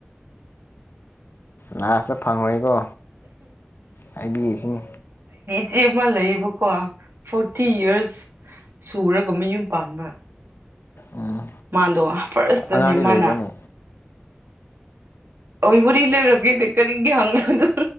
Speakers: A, on the left (about 70°); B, on the right (about 70°).
A: ꯂꯥꯁꯇ ꯐꯪꯑꯣꯏꯀꯣ ꯍꯥꯏꯕꯤꯔꯤꯁꯤꯅꯤ
B: ꯑꯩ ꯑꯃ ꯂꯩꯌꯦꯕꯀꯣ ꯐꯣꯔꯇꯤ ꯌꯤꯔꯁ ꯁꯨꯔꯒ ꯃꯌꯨꯝ ꯄꯥꯟꯕ
A: ꯎꯝ
B: ꯃꯥꯗꯣ ꯐꯥꯔꯁꯇꯥꯅꯦ
A: ꯑꯉꯥꯡꯗꯤ
B: ꯃꯥꯅ
A: ꯂꯩꯕ꯭ꯔꯅꯦ
B: ꯑꯣꯏ ꯋꯥꯔꯤ ꯂꯤꯔꯛꯒꯦꯅꯦ ꯀꯔꯤꯒꯦ ꯍꯪꯕ꯭ꯔꯥ ꯑꯗꯨ